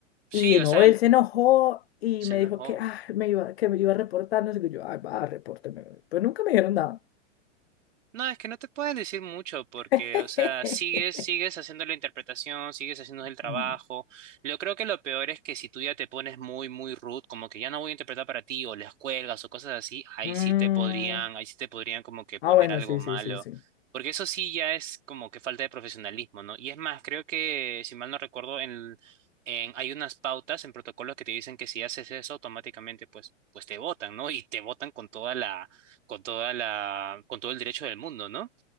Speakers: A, on the right; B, on the left.
A: Sí,
B: Y
A: o
B: no,
A: sea,
B: él se enojó y
A: se
B: me
A: enojó.
B: dijo que, ah, me iba, que me iba a reportar, no sé qué. Yo, ah, va, repórteme. Pues nunca me dijeron nada.
A: No, es que no te pueden decir mucho porque,
B: <laughs>
A: o sea, sigues, sigues haciendo la interpretación, sigues haciendo el trabajo.
B: Mm.
A: Yo creo que lo peor es que si tú ya te pones muy, muy rude, como que ya no voy a interpretar para ti, o les cuelgas o cosas así, ahí
B: Mm,
A: sí te podrían, ahí sí te podrían como que poner
B: ah, bueno,
A: algo
B: sí,
A: malo.
B: sí, sí, sí.
A: Porque eso sí ya es como que falta de profesionalismo, ¿no? Y es más, creo que, si mal no recuerdo, en, en, hay unas pautas en protocolos que te dicen que si haces eso automáticamente, pues, pues te botan, ¿no? Y te botan con toda la con toda la, con todo el derecho del mundo, ¿no?